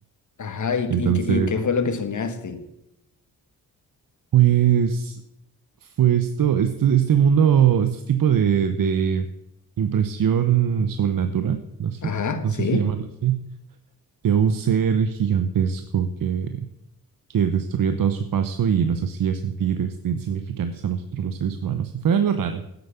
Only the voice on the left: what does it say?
Ajá, ¿y,
y, qué y qué fue lo que soñaste?
Ajá,
sí.